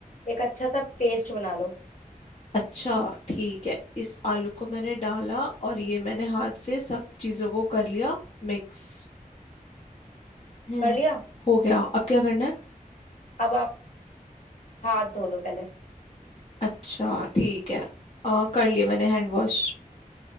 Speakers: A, on the left; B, on the left.
A: एक अच्छा सा पेस्ट बना लो
B: अच्छा ठीक है इस आलू को मैंने डाला और ये मैंने हाथ से सब चीजों को कर लिया मिक्स हम्म
A: कर लिया
B: हो गया अब क्या करना है
A: अब आप हाथ धो लो पहले
B: अच्छा ठीक है आ, कर लिया मैंने हैंड वॉश